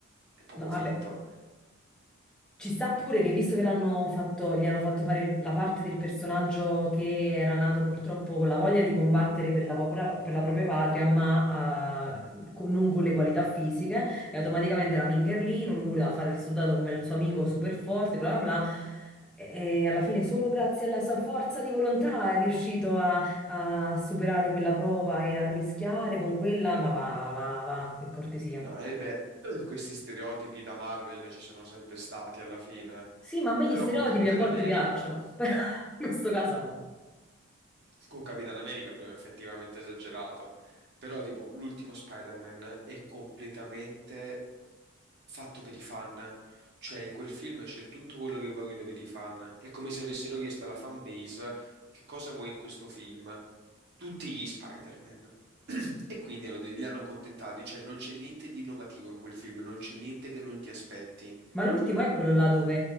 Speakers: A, on the right; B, in the centre.
A: è proprio
B: No, vabbè,
A: finto.
B: Ci sta pure che visto che l'hanno fatto, gli hanno fatto fare il- la parte del personaggio che era nato purtroppo con la voglia di combattere per la propria, per la propria patria, ma eh, con- non con le qualità fisiche, e automaticamente era Mingerlino, lui voleva fare il soldato come il suo amico super forte, bla bla bla, e alla fine solo grazie alla sua forza di volontà è riuscito a, a superare quella prova e a rischiare con quella, ma va, va, va, per cortesia.
A: No, e beh, <clears throat> questi stereotipi da Marvel ci sono sempre stati alla fine.
B: Sì, ma a me gli
A: Però
B: stereotipi
A: con Capitan
B: a volte
A: America.
B: piacciono, <laughs> però in questo caso no.
A: Con Capitan America abbiamo effettivamente esagerato, però tipo l'ultimo Spider-Man è completamente fatto per i fan, cioè in quel film c'è tutto quello che vogliono per i fan, è come se avessero chiesto alla fan base che cosa vuoi in questo film, tutti gli Spider-Man. <clears throat> E quindi hanno de- li hanno accontentati, cioè non c'è niente di innovativo in quel film, non c'è niente che non ti aspetti.
B: Ma l'ultimo è quello là dove